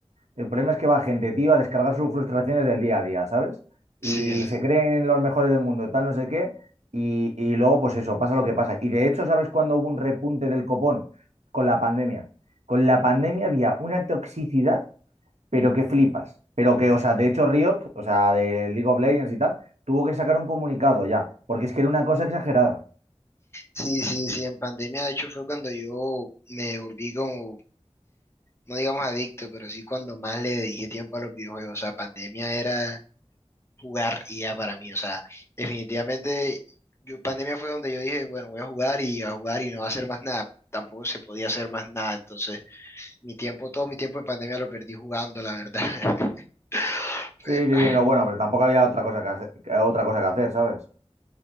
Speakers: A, on the right (about 80°); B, on the left (about 20°).
A: El problema es que va gente, tío, a descargar sus frustraciones del día a día, ¿sabes?
B: Sí,
A: Y
B: sí,
A: se creen los mejores del mundo, tal, no sé qué. Y, y luego, pues eso, pasa lo que pasa. Y de hecho, ¿sabes cuándo hubo un repunte del copón? Con la pandemia. Con la pandemia había una toxicidad, pero que flipas. Pero que, o sea, de hecho, Riot, o sea, de League of Legends y tal, tuvo que sacar un comunicado ya, porque es que era una cosa exagerada.
B: sí, sí, sí, en pandemia de hecho fue cuando yo me volví como no digamos adicto, pero sí cuando más le dediqué tiempo a los videojuegos. O sea, pandemia era jugar y ya para mí. O sea, definitivamente, yo, pandemia fue donde yo dije, bueno, voy a jugar y a jugar y no a hacer más nada. Tampoco se podía hacer más nada. Entonces, mi tiempo, todo mi tiempo en pandemia lo perdí jugando, la verdad. <laughs> Pero,
A: Sí, sí, sí, no, bueno, pero tampoco había otra cosa que, hace- que- otra cosa que hacer, ¿sabes?